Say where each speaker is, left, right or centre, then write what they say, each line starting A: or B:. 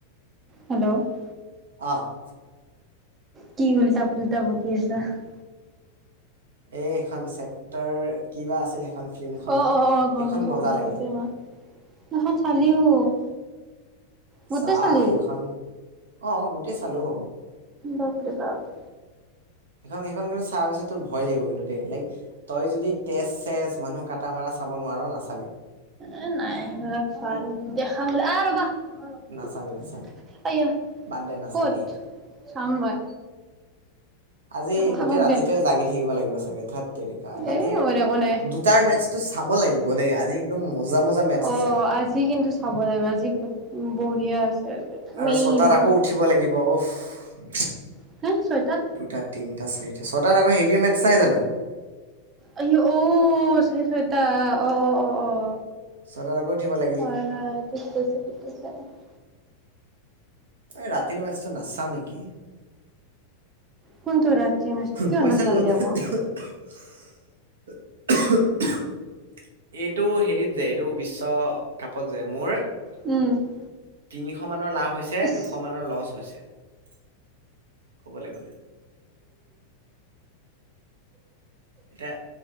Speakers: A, on the right; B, on the right.
A: হেল্ল'! <unintelligible>
B: অঁ! <inaudible>
A: কি উল্টা-পুল্টা বকি আছা? <unintelligible>
B: এই এখন ছেক্টৰ কিবা আছিল সেইখন ফিল্মখনৰ
A: অ' অ' অ' গম
B: সেইখন
A: পাইছো
B: মজা
A: কৈছিলি
B: লাগিল
A: দেই
B: কিন্তু।
A: অ'।
B: <unintelligible>
A: সেইখন চালিও? <unintelligible> গোটেই
B: চা
A: চালি
B: সেইখন <inaudible> অঁ গোটেই চালোঁ হব <unintelligible>
A: বাপৰে বাপ। <unintelligible>
B: সেইখন-সেইখন কিন্তু চোৱাৰ পিছত তোৰ ভয় লাগিব কিন্তু দেই লাইক <unintelligible> তই যদি তেজ-চেজ, মানুহ কাটা-মাৰা চাব নোৱাৰ নাচাবি। <unintelligible>
A: এ নাই <unintelligible> সেইবিলাক ভাল দেখা বলে আহ ৰ'বা <unintelligible> <unintelligible>
B: নাচাবি নাচাবি
A: আয়া <inaudible>
B: বাদ দে নাচাবিয়ে
A: ক'ত? চাম মই
B: আজি
A: থাকক
B: গোটেই ৰাতিটোৱেই
A: দে
B: জাগি থাকিব লাগিব চাগে ধেট তেৰিকা ৰাতিৰ
A: এ মই
B: দু
A: একো নাই
B: <unintelligible> দুটাৰ মেথছটো চাব লাগিব দেই, আজি একদম মজা-মজা মেথছ
A: অ
B: আছে। <unintelligible>
A: আজি কিন্তু চাব লাগিব, আজি বঢ়িয়া আছে
B: আৰু
A: মেইন।
B: ছটাত
A: <unintelligible>
B: আকৌ উঠিব লাগিব <unintelligible>
A: <unintelligible> হে ছয়টাত
B: দুটা, তিনিটা, চাৰিটা। ছয়টাত আকৌ হেৰিৰ মেটছ নাই জানো? <unintelligible>
A: আ <unintelligible> অ! <unintelligible> ছয়টা অ-অ-অ-অ!
B: ছটাত আকৌ উঠিব লাগিল
A: হয়-হয়। ঠিক কৈছা, ঠিক কৈছা। <unintelligible>
B: এ ৰাতিৰ মেটছটো নাচাওঁ নেকি? <unintelligible>
A: কোনটো ৰাতি মেথছ? কিয়
B: পইচাৰ
A: নাচাবি
B: লগত
A: আকৌ? <unintelligible>
B: <inaudible> <unintelligible> এইটো হেৰিত যে এইটো বিশ্বকাপত যে মোৰ <unintelligible>
A: উম! <unintelligible>
B: তিনিশ মানৰ লাভ হৈছে,
A: ইচ
B: দুশ মানৰ লছ হৈছে। <unintelligible> ক'বলৈ গ'লে <unintelligible> এতিয়া